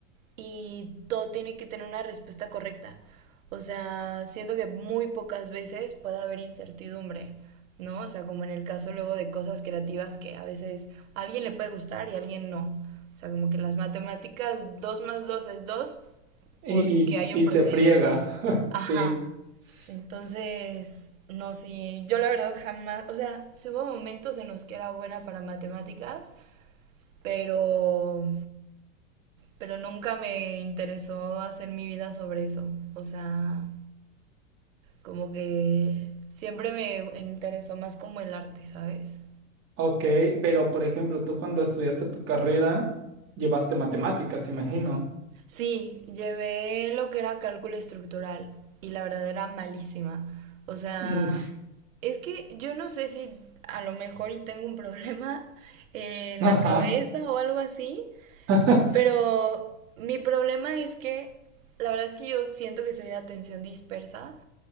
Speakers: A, on the right; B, on the right.
A: y todo tiene que tener una respuesta correcta. O sea, siento que muy pocas veces puede haber incertidumbre, ¿no? O sea, como en el caso luego de cosas creativas que a veces a alguien le puede gustar y a alguien no. O sea, como que las matemáticas 2 más 2 es 2
B: Y,
A: porque
B: y,
A: hay un
B: y
A: procedimiento.
B: se friega, <laughs>
A: Ajá.
B: sí.
A: Entonces,
B: S-
A: no, sí, yo la verdad jamás, o sea, sí hubo momentos en los que era buena para matemáticas, pero, pero nunca me interesó hacer mi vida sobre eso. O sea, como que siempre me interesó más como el arte, ¿sabes?
B: Ok, pero por ejemplo, tú cuando estudiaste tu carrera, llevaste matemáticas, imagino.
A: Sí, llevé lo que era cálculo estructural y la verdad era malísima. O sea,
B: Mm,
A: Es que yo no sé si a lo mejor y tengo un problema <laughs> en
B: <laughs> Ajá,
A: la cabeza o algo así,
B: <laughs>
A: pero mi problema es que la verdad es que yo siento que soy de atención dispersa